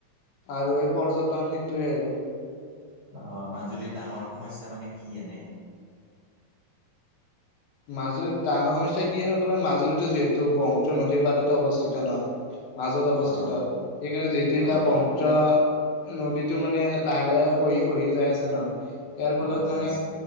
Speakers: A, on the left; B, on the right.
A: আৰু এই পৰ্যটন সেইটোৱে আৰু
B: আহ মাজুলীৰ ডাঙৰ সমস্যা মানে কি এনে
A: মাজুলীত ডাঙৰ সমস্যা কি কাৰ মাজুলীতো যিহেতু ব্ৰহ্মপু্ৰ নদীৰ পাততেো অৱস্থিত নহয় মাজত অৱস্থিত
B: অ',
A: সেইকাৰণে যিহেতু এতিয়া
B: অ',
A: ব্ৰহ্মপুত্ৰ। নদীতো মানে লাহে লাহে খহি খহি যাই আছে ন ইয়াৰ ফলত
B: অ', জাষ্ট
A: মানে